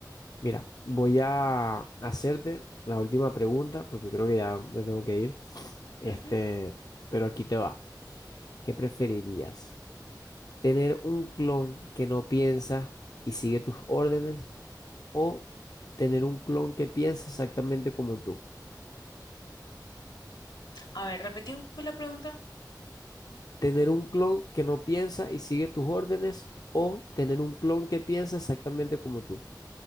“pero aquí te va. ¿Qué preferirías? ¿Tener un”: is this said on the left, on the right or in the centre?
Left